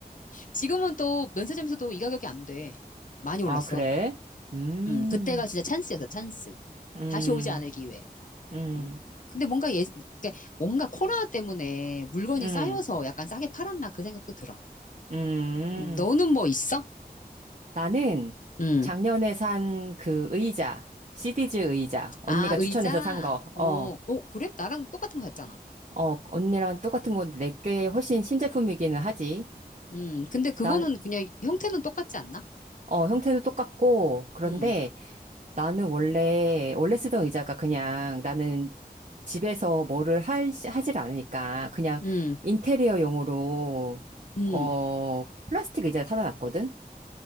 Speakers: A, on the left; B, on the right.
A: 지금은 또 면세점에서도 이 가격이 안 돼. 많이
B: 아,
A: 올랐어.
B: 그래? 음,
A: 음, 그때가 진짜 찬스였어, 찬스.
B: 음,
A: 다시 오지 않을 기회.
B: 음,
A: 음. 근데 뭔가 예, 그러니까 뭔가 코로나 때문에 물건이
B: 음,
A: 쌓여서 약간 싸게 팔았나 그 생각도 들어.
B: 음.
A: 음, 너는 뭐 있어?
B: 나는
A: 음.
B: 작년에 산 그 의자, 시디즈 의자, 언니가
A: 아,
B: 추천해서
A: 의자?
B: 산 거,
A: 어,
B: 어,
A: 어, 그래? 나랑 똑같은 거 샀잖아.
B: 어, 언니랑 똑같은 건데 내게 훨씬 신제품이기는 하지.
A: 음, 근데 그거는
B: 난,
A: 그냥 형태는 똑같지 않나?
B: 어, 형태도 똑같고, 그런데
A: 음,
B: 나는 원래, 원래 쓰던 의자가 그냥 나는 집에서 뭐를 할, 하질 않으니까 그냥
A: 음,
B: 인테리어용으로,
A: 음.
B: 어, 플라스틱 의자 사다 놨거든?